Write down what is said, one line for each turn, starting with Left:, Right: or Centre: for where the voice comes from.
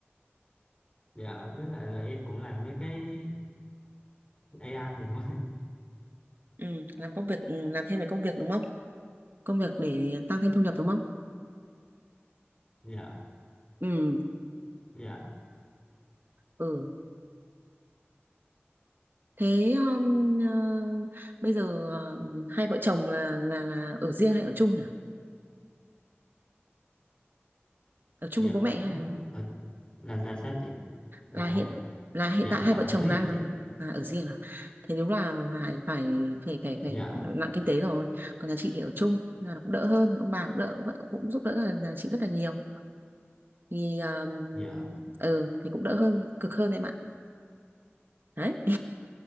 Left: dạ với lại là em cũng làm mấy cái AI này thôi
Right: ừ làm công việc ừ, làm thêm về công việc đúng không công việc để tăng thêm thu nhập đúng không
Left: <laughs> dạ
Right: ừ
Left: dạ
Right: ừ thế um, ờ, bây giờ ờ, hai vợ chồng là là là ở riêng hay ở chung nhỉ ở chung
Left: dạ
Right: với bố
Left: ở,
Right: mẹ hay
Left: ở là là sao chị là
Right: là hiện là hiện
Left: dạ
Right: tại
Left: dạ
Right: hai
Left: ở
Right: vợ chồng
Left: riêng
Right: đang
Left: chị
Right: là ở riêng à thế đúng là phải phải phải phải phải
Left: dạ
Right: nặng kinh tế rồi còn nhà chị thì ở chung là cũng đỡ hơn ông bà cũng đỡ vợ cũng giúp đỡ là nhà chị rất là nhiều thì um,
Left: dạ
Right: ừ thì cũng đỡ hơn cực hơn em ạ đấy